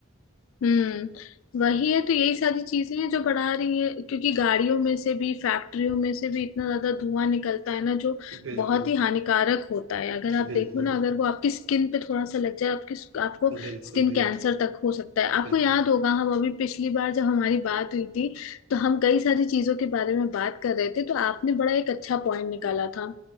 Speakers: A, on the left (about 80°); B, on the right (about 80°).
A: हम्म वही है तो यही सारी चीजें हैं जो बढ़ा रही है क्योंकि गाड़ियों में से भी फैक्ट्रियों में से भी इतना ज्यादा धुआं निकलता है ना जो
B: बिल्कुल,
A: बहुत ही हानिकारक होता है अगर आप
B: बिल्कुल,
A: देखो ना अगर वो आपकी स्किन पे थोड़ा सा लग जाए आपकी आपको
B: बिल्कुल,
A: स्किन
B: बिल
A: कैंसर तक हो सकता है आपको
B: बिल्कुल।
A: याद होगा हम अभी पिछली बार जब हमारी बात हुई थी तो हम कई सारी चीजों के बारे में बात कर रहे थे तो आपने बड़ा एक अच्छा पॉइंट निकाला था